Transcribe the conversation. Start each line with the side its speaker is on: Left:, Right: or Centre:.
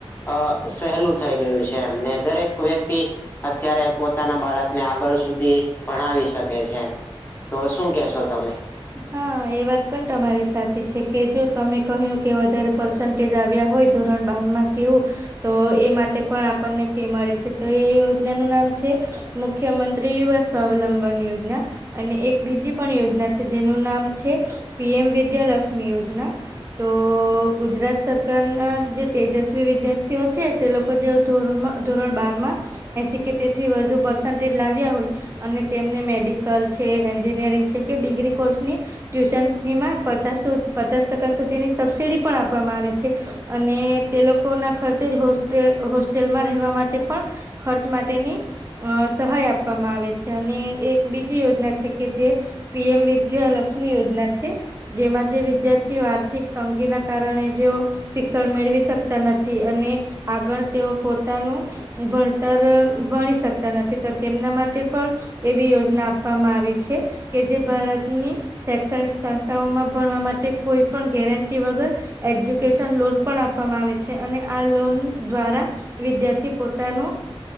Left: અ સહેલું થઈ ગયું છે એમને દરેક વ્યક્તિ. અત્યારે પોતાના બાળકને આગળ સુધી ભણાવી શકે છે. તો શું કેશો તમે?
Right: હા. એ વાત પણ તમારી સાચી છે કે જો તમે કહ્યું કે વધારે પર્સન્ટેજ આવ્યા હોય ધોરણ બારમાં. કેવું, તો એ માટે પણ આપણને ફી મળે છે તો એ યોજના નું નામ છે. મુખ્યમંત્રી યવા સ્વાવલંબન યોજના. અને એક બીજી પણ યોજના છે જેનું નામ છે. પી એમ વિદ્યાલક્ષ્મી યોજના, તો ગુજરાત સરકારના જે તેજસ્વી વિદ્યાર્થીઓ છે તે લોકો જે ધોર ધોરણ બાર માં, એસી કે તેથી વધુ પરસેન્ટેજ લાવ્યા હોય, અને તેમને મેડિકલ છે એન્જિનિયરિંગ છે કે ડિગ્રી કોર્સની, ટ્યુશન ફી માં પચાસ સુ પચાસ ટકા સુધીની સબસિડી પણ આપવામાં આવે છે. અને તે લોકો ના ખર્ચે જ હોલ હોસ્ટેલમાં રહેવા માટે પણ, ખર્ચ માટેની, અ સહાય આપવામાં આવે છે, અને એક બીજી યોજના છે કે જે, પીએમ વિદ્યા લક્ષ્મી યોજના છે. જેમાં જે વિદ્યાર્થીઓ આર્થિક તંગીના કારણે જેઓ, શિક્ષણ મેળવી શકતા નથી અને આગળ તેઓ પોતાનું, ભણતર ભણી શકતા નથી તો તેમના માટે પણ, એવી યોજના આપવામાં આવી છે કે જે ભારતની, શૈક્ષણિક સંસ્થાઓમાં ભણવા માટે કોઈ પણ ગેરંટી વગર, એજ્યુકેશન લોન પણ આપવામાં આવે છે અને આ લોન દ્વારા, વિદ્યાર્થી પોતાનું,